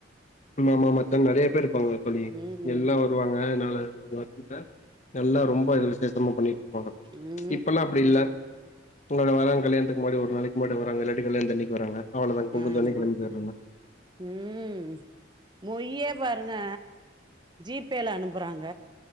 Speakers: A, on the left; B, on the right.
A: மாமா மாச்சான்னு நெறைய பேரு இருப்பாங்கல்ல தோழி
B: ம் ம்
A: எல்லா வருவாங்க அதனால <unintelligible> நல்லா ரொம்ப இது விசேஷமா பண்ணிட்டு இருப்பங்க
B: ம்
A: இப்பெல்லா அப்டி இல்ல உங்களோட வர கல்யாணத்துக்கு முன்னாடி ஒரு நாளைக்கு முன்னாடி வராங்க இல்லாட்டி கல்யாணத்தன்னிக்கு வராங்க அவ்ளோ தா குமுஞ்ச
B: ஆமா
A: அன்னிக்கு நம்ம பேர்ரதுதா
B: ம் மொய்யே பாருங்க ஜீ பேல அனுப்புறாங்க